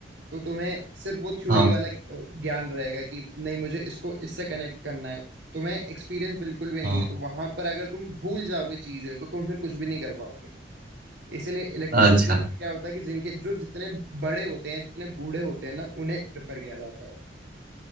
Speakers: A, on the right (about 65°); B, on the right (about 50°).
A: तो तुम्हें सिर्फ वो थ्योरी
B: हाँ
A: वाला ज्ञान रहेगा कि नहीं मुझे इसको इससे कनेक्ट करना है तुम्हें एक्सपीरियंस बिल्कुल भी नहीं
B: हाँ
A: है तो वहां पर अगर तुम भूल जाओगे चीजें तो तुम फिर कुछ भी नहीं कर पाओगे इसीलिए इलेक्ट्रॉनिक्स
B: अच्छा
A: फील्ड में क्या होता है कि जिनके जो जितने बड़े होते हैं जितने बूढ़े होते हैं ना उन्हें प्रेफर किया जाता है